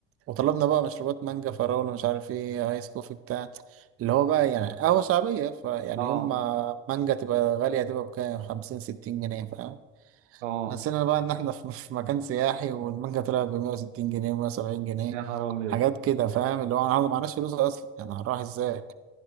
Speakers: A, on the right; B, on the right.
A: وطلبنا بقى مشروبات مانجا فراوله مش عارف ايه ايس كوفي بتاع اللي هو بقى يعني قهوه شعبيه فيعني
B: اه
A: يوم ما مانجا تبقى غاليه تبقى بكام 50 60 جنيه فاهم
B: اه
A: نسينا بقى ان احنا <laughs> في في مكان سياحي والمانجا طلعت ب 160 جنيه و170 جنيه
B: يا نهار ابيض
A: حاجات كده فاهم اللي هو انا معناش فلوس اصلا يعني هنروح ازاي